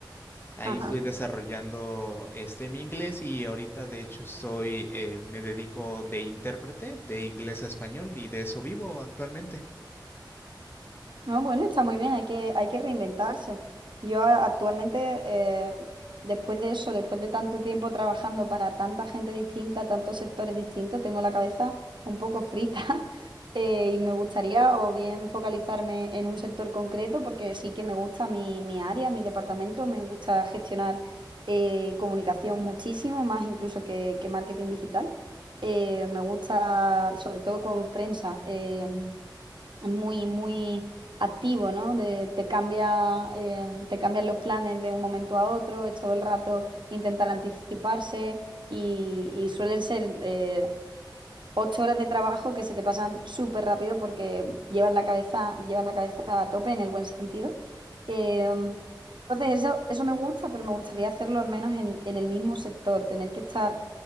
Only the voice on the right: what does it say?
Ajá.
No, bueno, está muy bien, hay que, hay que reinventarse. Yo a- actualmente, eh, después de eso, después de tanto tiempo trabajando para tanta gente distinta, tantos sectores distintos, tengo la cabeza un poco frita, <laughs> eh, y me gustaría o bien focalizarme en un sector concreto, porque sí que me gusta mi, mi área, mi departamento, me gusta gestionar eh, comunicación muchísimo, más incluso que, que marketing digital. Eh, me gusta, sobre todo con prensa. em, muy, muy activo, ¿no? De- te cambia, eh, te cambian los planes de un momento a otro, es todo el rato intentar anticiparse y, y suelen ser, eh, ocho horas de trabajo que se te pasan súper rápido porque llevas la cabeza, llevas la cabeza a tope en el buen sentido. Eh, entonces, eso, eso me gusta, pero me gustaría hacerlo al menos en, en el mismo sector. Tener que estar